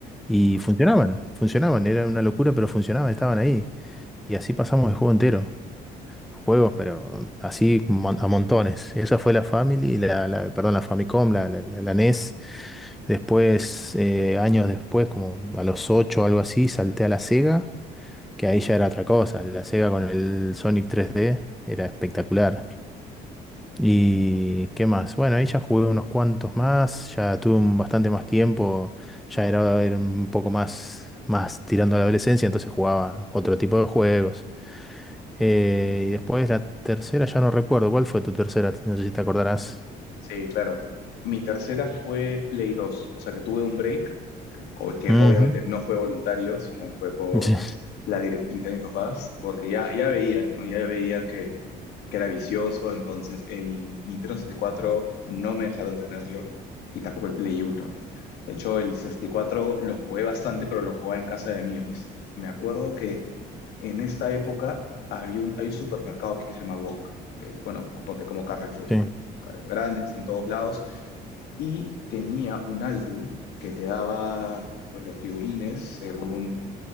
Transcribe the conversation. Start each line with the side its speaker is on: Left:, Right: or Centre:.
Centre: Y funcionaban, funcionaban, era una locura, pero funcionaban, estaban ahí. Y así pasamos el juego entero. Juegos, pero así mon- a montones. Esa fue la Family, la, la- perdón, la Famicom, la, la, la- la NES. Después, eh, años después, como a los 8 o algo así, salté a la Sega, que ahí ya era otra cosa. La Sega con el Sonic 3D era espectacular. ¿Y qué más? Bueno, ahí ya jugué unos cuantos más, ya tuve un- bastante más tiempo, ya era, era un poco más, más tirando a la adolescencia, entonces jugaba otro tipo de juegos. Eh, y después la tercera, ya no recuerdo. ¿Cuál fue tu tercera? No sé si te acordarás.
Left: Sí, claro. Mi tercera fue Play 2, o sea que tuve un break, que, o- que
Centre: Ujú.
Left: obviamente
Centre: <laughs>
Left: no fue voluntario, sino fue por
Centre: Sí,
Left: la directriz de mis papás, porque ya, ya veían, ¿no? Ya veían que, que era vicioso, entonces el Nintendo 64 no me dejaron tenerlo y tampoco el Play 1. De hecho, el 64 lo jugué bastante, pero lo jugaba en casa de amigos. Me acuerdo que en esta época había un, hay un supermercado aquí que se llama Wonk, que es, bueno, ponte como Carrefour,
Centre: sí.
Left: claro, grande, que está en todos lados, y tenía un álbum que te daba pues, los figurines según